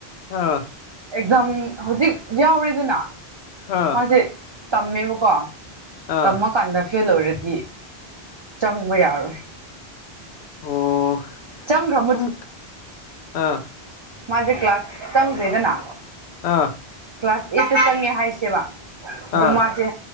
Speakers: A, on the left; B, on the right.
A: ꯑꯥ
B: ꯑꯦꯛꯖꯥꯝ ꯍꯧꯖꯤꯛ ꯌꯥꯎꯔꯤꯗꯅ
A: ꯑꯥ
B: ꯃꯥꯁꯦ ꯇꯃꯦ ꯒ
A: ꯑꯥ
B: ꯇꯃ ꯀꯟꯟꯅꯐꯤ ꯂ ꯑꯣꯏꯔ ꯗꯤ ꯆꯪꯕ ꯌꯥꯔꯣꯏ
A: ꯑꯣ
B: ꯆꯪꯈ꯭ꯔ
A: ꯁꯨꯝ ꯑꯥ
B: ꯃꯥꯖꯦ ꯀ ꯀ꯭ꯂꯥꯁ ꯆꯥꯡꯪ ꯂꯩꯗꯅꯥ
A: ꯑꯥ
B: ꯀ꯭ꯂꯥꯁ ꯑꯩꯠ ꯆꯪꯉꯦ ꯍꯥꯏꯁꯦꯕ ꯑꯗꯨ
A: ꯑꯥ
B: ꯃꯥꯁꯦ